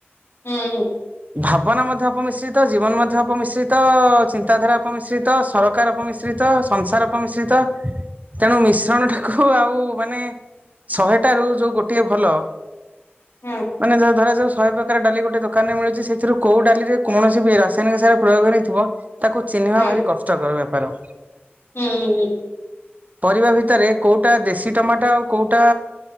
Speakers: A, on the left; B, on the right.
A: ହୁଁ
B: ଭାବ ଭାବନା ମଧ୍ୟ ଅପମିଶ୍ରିତ, ଜୀବନ ମଧ୍ୟ ଅପମିଶ୍ରିତ-ଅ-ଅ-ଅ, ଚିନ୍ତାଧାରା ଅପମିଶ୍ରିତ, ସରକାର ଅପମିଶ୍ରିତ, ସଂସାର ଅପମିଶ୍ରିତ, ତେଣୁ ମିଶ୍ରଣଟାକୁ ଆଉ ମାନେ ଶହେଟାରୁ ଯୋଉ ଗୋଟିଏ ଭଲ
A: ହୁଁ
B: ମାନେ ଯ ଧରା ଯାଉ ଶହେ ପ୍ରକାର ଡାଲି ଗୋଟେ ଦୋକାନରେ ମିଳୁଛି। ସେଥିରୁ କୋଉ ଡାଲିରେ କୌଣସି ବି ରାସାୟନିକ ସାର ପ୍ରୟୋଗ ହେଇ ନଥିବ ତାକୁ ଚିହ୍ନିବା
A: ହୁଁ
B: ଭାରି କଷ୍ଟ କର ବେ ପାର।
A: ହୁଁ ହୁଁ।
B: ପରିବା ଭିତରେ କୋଉଟା ଦେଶୀ ଟମାଟୋ ଆଉ କୋଉଟା